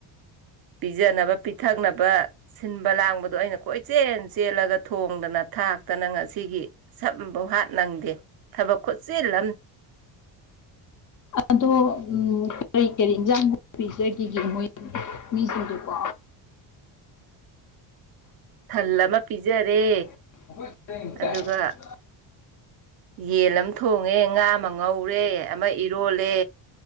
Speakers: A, on the right; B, on the left.
A: ꯄꯤꯖꯅꯕ ꯄꯤꯊꯛꯅꯕ ꯁꯤꯟꯕ ꯂꯥꯡꯕꯗꯣ ꯑꯩꯅ ꯀꯣꯏꯆꯦꯜ ꯆꯦꯜꯂꯒ ꯊꯣꯡꯗꯅ ꯊꯥꯛꯇꯅ ꯉꯁꯤꯒꯤ ꯁꯝꯕꯧ ꯍꯥꯠ ꯅꯪꯗꯦ ꯊꯕꯛ ꯈꯨꯠꯆꯤꯜꯂꯝꯅꯤ
B: ꯑꯗꯣ ꯀꯔꯤ ꯀꯔꯤ ꯏꯟꯖꯥꯡ ꯄꯤꯖꯒꯤꯒꯦ ꯃꯣꯏ ꯃꯤꯁꯤꯡꯗꯨꯕꯣ
A: ꯊꯜ ꯑꯃ ꯄꯤꯖꯔꯦ
B: <unintelligible>
A: ꯑꯗꯨꯒ ꯌꯦꯟ ꯑꯃ ꯊꯣꯡꯉꯦ ꯉꯥ ꯑꯃ ꯉꯧꯔꯦ ꯑꯃ ꯏꯔꯣꯜꯂꯦ